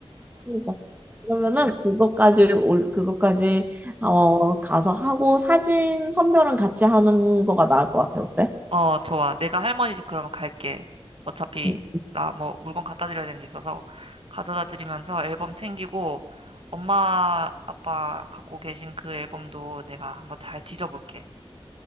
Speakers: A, on the right (about 15°); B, on the right (about 65°).
A: 그러니까. 그러면은 그것까지 올 그것까지 어 가서 하고 사진 선별은 같이 하는 거가 나을 것 같아 어때?
B: 어, 좋아. 내가 할머니 집 그러면 갈게. 어차피
A: 응.
B: 나 뭐 물건 갖다 드려야 되는 게 있어서 가져다 드리면서 앨범 챙기고 엄마 아빠 갖고 계신 그 앨범도 내가 한번 잘 뒤져볼게.